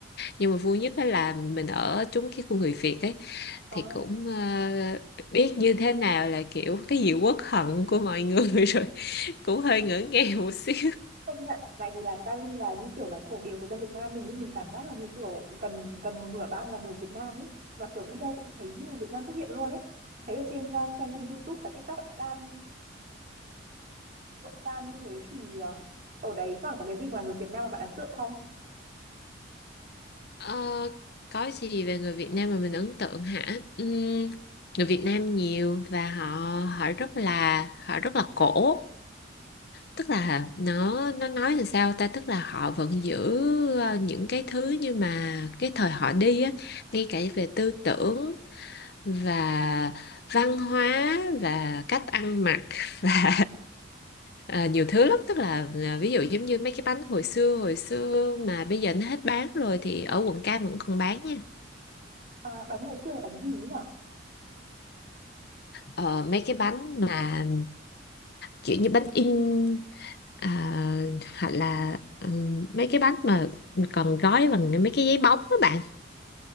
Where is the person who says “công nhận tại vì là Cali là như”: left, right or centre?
Right